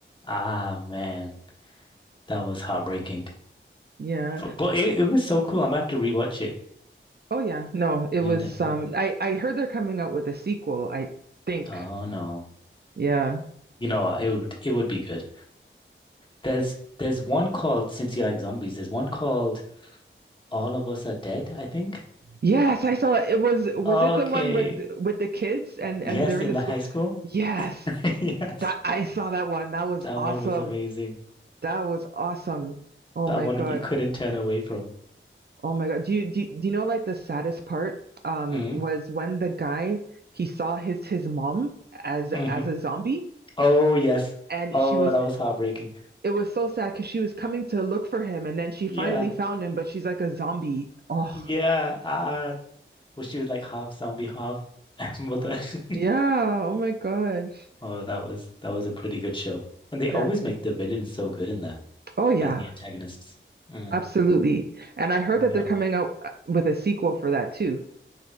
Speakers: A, on the left (about 25°); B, on the right (about 50°).
A: ah man, that was heartbreaking.
B: Yeah.
A: But, but it, it was so cool. I'm gonna have to rewatch it.
B: Oh yeah, no, it
A: Yeah,
B: was
A: definitely.
B: um I I heard they're coming out with a sequel, I think.
A: Oh no.
B: Yeah.
A: You know what? It would it would be good. There's there's one called since you like zombies, there's one called All of Us Are Dead, I think.
B: Yes, I saw it. It was was
A: Okay.
B: it the one with with the kids and
A: Yes,
B: and they're in
A: in
B: the
A: the
B: school?
A: high school.
B: Yes.
A: <laughs> Yes.
B: That I saw that one. That was
A: That one
B: awesome.
A: was amazing.
B: That was awesome. Oh
A: That
B: my
A: one
B: God.
A: that you couldn't turn away from.
B: Oh my God. Do you do, you- do you know like the saddest part um
A: Mm,
B: was when the guy he saw his his mom as
A: hmm
B: as a zombie
A: Oh yes.
B: and
A: Oh,
B: she was
A: that was heartbreaking.
B: it was so sad because she was coming to look for him and then she
A: Yeah.
B: finally found him, but she's like a zombie. Oh,
A: Yeah. Ah, well, she was like half zombie, half <laughs> mother.
B: yeah.
A: <laughs>
B: Oh my gosh.
A: Oh, that was that was a pretty good show. And they
B: That,
A: always make the villains so good in there.
B: oh yeah,
A: like the antagonists. Mm,
B: absolutely. And I heard
A: yeah.
B: that they're coming out uh, with a sequel for that too,